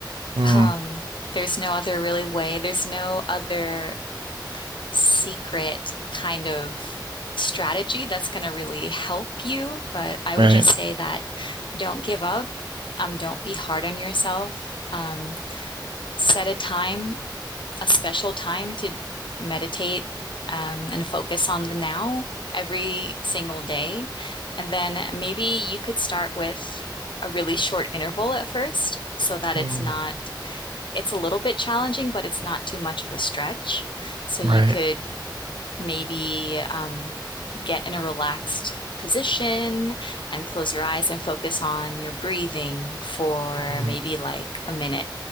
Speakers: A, on the right; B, on the left.
A: Mm,
B: Um, there's no other really way. There's no other secret kind of strategy that's going to really help you. But I
A: right.
B: would just say that don't give up. Um, don't be hard on yourself. Um, set a time, a special time to meditate um, and focus on the now every single day. And then maybe you could start with a really short interval at first so that it's
A: Mm,
B: not, it's a little bit challenging, but it's not too much of a stretch. So
A: right.
B: you could maybe um, get in a relaxed position and close your eyes and focus on your breathing for
A: Mm,
B: maybe like a minute